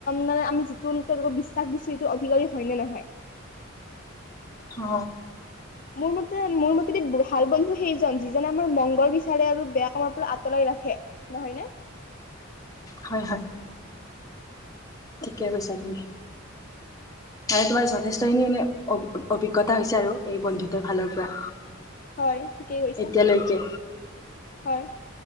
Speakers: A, on the left (about 45°); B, on the left (about 15°).
A: মানে আমি যিটো তেওঁলোকক বিশ্বাস দিছো সটো অধিকাৰী হয় ন নহয়।
B: অ
A: মোৰ মতে মোৰ মতেদি ভাল বন্ধু সেইজন যিজনে আমাৰ মংগল বিচাৰে আৰু বেয়া কামাৰ পৰা আঁতৰাই ৰাখে নহয় নে
B: হয় হয় ঠিকে কৈছা তুমি। মান তোমাৰ যথেষ্টখিনি এ অভিজ্ঞতা হৈছে আৰু এই বন্ধুতৰ ফালৰ পৰা
A: হয়, ঠিকেই কৈছা।
B: এতিয়ালৈকে
A: হয়